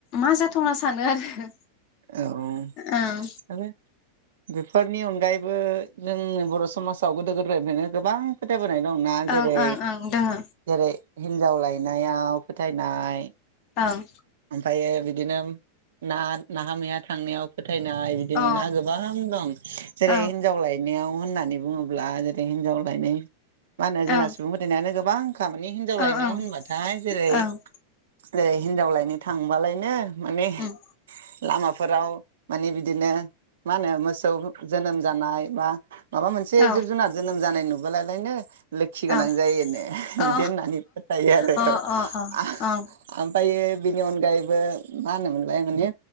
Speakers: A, on the left (about 40°); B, on the right (about 60°).
A: मा जाथावना <inaudible> सानो आरो
B: औ
A: ओं
B: आरो बेफोर नि अनगायैबो नों बर' समाजाव गोदो गोदायनिफायनो गोबां फोथाय बोनाय दंना
A: ओं
B: जेरै
A: ओं ओं दोङो
B: जेरै हिजाव लायना नायाव फोथायनाय
A: ओं
B: ओमफायो बिदिनो उम ना नाहा मैया थांनायाव फोथायनाय बिदिनो
A: अ
B: ना गोबां दं
A: ओं
B: जेरै हिनजाव लायनायाव होननानै बुंङोब्ला जेरै हिनजाव लायनाय मा होनो जोंना
A: ओं
B: सुबुं फोथायनायानो गोबांखा खामानानि हिनजाव
A: ओ
B: लायनायाव
A: ओं
B: होनबाथाय जेरै-
A: ओं
B: रजै हिनजाव लायनो थांबालायनो माने
A: उम
B: लामाफोराव माने बिदिनो मा होनो मोसौ जोनोम जानाय बा माबा मोनसे
A: औ
B: जिब जुनार जोनोम जानाय नुुब बोलालायनो लोखि
A: औ
B: गोनां जायो नो बिदि
A: अ
B: होननानै फोथायो आरो
A: अ
B: औ
A: अ
B: आ
A: अ ओं
B: आमफायो बेनि अनगायैबो मा होनोमोनलाय माने